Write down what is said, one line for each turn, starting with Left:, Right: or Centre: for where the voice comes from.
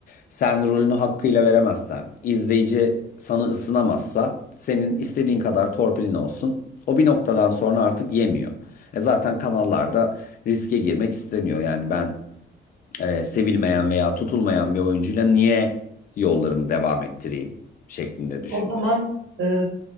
Left: sen rolünü hakkıyla veremezsen, izleyici sana ısınamazsa senin istediğin kadar torpilin olsun. O bir noktadan sonra artık yemiyor. E zaten kanallarda riske girmek istemiyor. Yani ben e, sevilmeyen veya tutulmayan bir oyuncuyla niye yollarımı devam ettireyim şeklinde düşün.
Right: O zaman e,